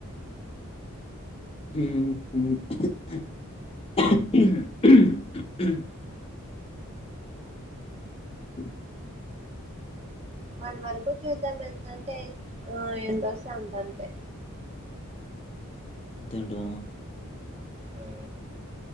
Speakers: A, on the left; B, on the right.
A: <unintelligible> ఉ
B: వన్ వరకు చూద్దాం ఎందుకంటే ఆ ఎంత అస్తే అంత అంటే
A: అంతే అంటవా
B: ఆ